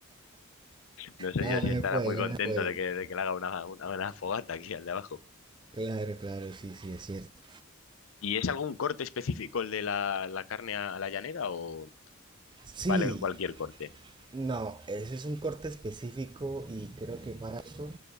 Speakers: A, on the left; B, on the right.
A: No sé
B: Nada,
A: yo si
B: no
A: estará
B: se puede,
A: muy contento
B: no se puede.
A: de que, de que le haga una, una, una fogata aquí al de abajo.
B: Claro, claro, sí, sí, es cierto.
A: ¿Y es algún corte específico el de la, la carne a, a la llanera o...?
B: Sí,
A: Vale cualquier corte.
B: No, ese es un corte específico y creo que para eso